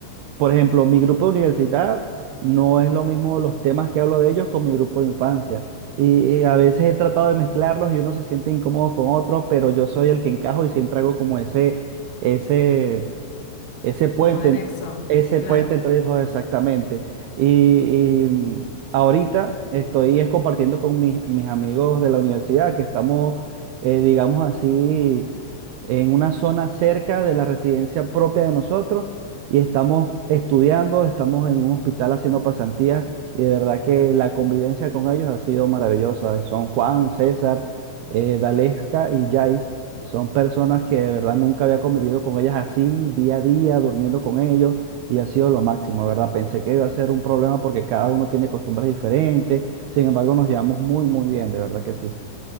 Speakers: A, on the right; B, on the left.
A: por ejemplo, mi grupo de universidad no es lo mismo los temas que hablo de ellos con mi grupo de infancia. Y, a veces he tratado de mezclarlos y uno se siente incómodo con otros, pero yo soy el que encajo y siempre hago como ese, ese, ese puente,
B: Como de
A: en-
B: nexo,
A: ese
B: claro.
A: puente entre ellos dos exactamente. Y, y, mm, ahorita estoy es compartiendo con mis, mis amigos de la universidad que estamos, eh, digamos así, en una zona cerca de la residencia propia de nosotros y estamos estudiando, estamos en un hospital haciendo pasantías y de verdad que la convivencia con ellos ha sido maravillosa. Son Juan, César, eh, Dalesca y Jais. Son personas que de verdad nunca había convivido con ellas así, día a día, durmiendo con ellos, y ha sido lo máximo, de ¿verdad? Pensé que iba a ser un problema porque cada uno tiene costumbres diferentes, sin embargo nos llevamos muy, muy bien, de verdad que sí.